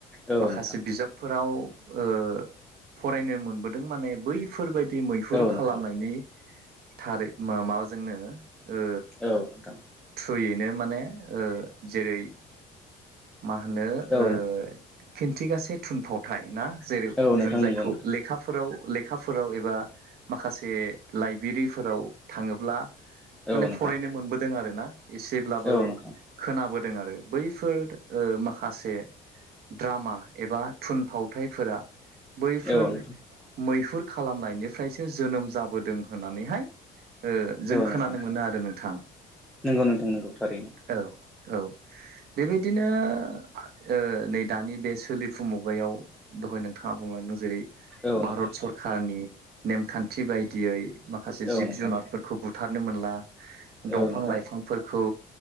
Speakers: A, in the centre; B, on the right.
A: औ
B: माखासे
A: नोंथां
B: बिजाबफोराव ओ फरायनो मोनबोदों माने बैफोरबाय दि मैहुर
A: औ नोंथां औ
B: खालामनायनि
A: नोंथां
B: थारै मा माबाजोंनो ओ
A: औ नोंथां
B: थ्रुयैनो माने ओ जेरै मा होनो
A: औ
B: ओ खिन्थिगासे थुनफावथाय ना जेरै
A: नोंथां
B: जों जायखौ
A: नंगौ नोंथां
B: लेखाफोराव - लेखाफोराव एबा माखासे लाइब्रेरिफोराव थाङोब्ला माने
A: औ नोंथां
B: फरायनो
A: औ नोंथां
B: मोनबोदों आरो ना एसेब्लाबो
A: औ नोंथां
B: खोनाबोदों आरो बैफोर ओ माखासे द्रामा एबा थुनफावथायफोरा बैफोर
A: औ
B: मैहुर खालामनायनिफ्रायसो जोनोम जाबोदों होननानैहाय ओ जों खोनानो
A: नोंथां
B: मोनो आरो नोंथां
A: नंगौ नोंथां नंगौ थारैनो
B: औ औ बेबायदि बिदिनो ओ नै दानि बे सोलिफु मुगायाव दहाय नोंथाङा बुंलांदों जेरै
A: औ
B: भारत
A: नोंथां
B: सरखारनि नेमखान्थि बायदियै माखासे
A: औ
B: जिब
A: नोंथां
B: जुनारफोरखौ बु थारनो मोनला दंफां
A: औ नोंथां
B: लाइफांफोरखौ